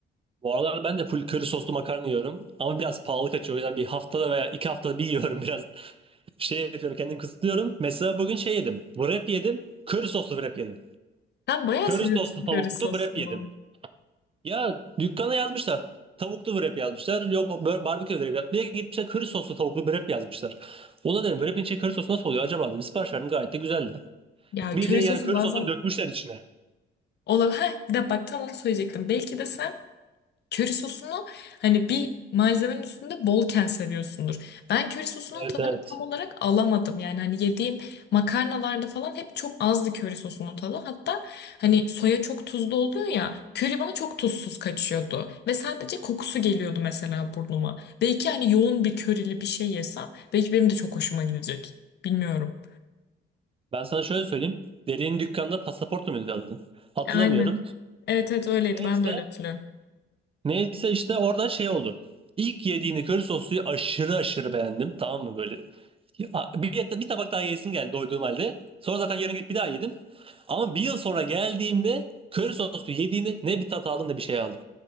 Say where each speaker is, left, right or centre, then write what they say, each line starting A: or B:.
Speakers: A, on the right; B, on the left.
A: Bu aralar ben de full köri soslu makarna yiyorum. Ama biraz pahalı kaçıyor. O yüzden bir haftada veya iki haftada bir yiyorum biraz. <laughs> Şey yapıyorum kendimi kısıtlıyorum. Mesela bugün şey yedim. Wrap yedim. Köri soslu wrap yedim.
B: Ben bayağı
A: Köri
B: seviyorum
A: soslu tavuklu
B: köri sosunu.
A: wrap yedim. Ya dükkana yazmışlar. Tavuklu wrap yazmışlar. Yok bö- barbekü wrap yazmışlar. Bir de gitmişler köri soslu tavuklu wrap yazmışlar. Ona dedim wrap'in içi köri sosu nasıl oluyor acaba dedim. Sipariş verdim gayet de güzeldi.
B: Ya
A: Bildiğin
B: köri sosu
A: yani köri
B: bazen
A: sosunu dökmüşler içine.
B: Olabilir. Ha, de bak tam onu söyleyecektim. Belki de sen köri sosunu hani bir malzemenin üstünde bolken seviyorsundur. Ben köri sosunun
A: Evet
B: tadını
A: evet.
B: tam olarak alamadım. Yani hani yediğim makarnalarda falan hep çok azdı köri sosunun tadı. Hatta hani soya çok tuzlu oluyor ya. Köri bana çok tuzsuz kaçıyordu. Ve sadece kokusu geliyordu mesela burnuma. Belki hani yoğun bir körili bir şey yesem belki benim de çok hoşuma gidecek. Bilmiyorum.
A: Ben sana şöyle söyleyeyim. Dediğin dükkanda pasaportu muydu adın? Hatırlamıyorum.
B: Aynen. Evet evet öyleydi.
A: Neyse
B: Ben de öyle hatırlıyorum.
A: Neyse işte orada şey oldu. İlk yediğini köri sosluyu aşırı aşırı beğendim. Tamam mı böyle? Ya, Bir, bir tabak daha yesim geldi doyduğum halde. Sonra zaten yarın gidip bir daha yedim. Ama bir yıl sonra geldiğimde köri soslu yediğini ne bir tat aldım ne bir şey aldım.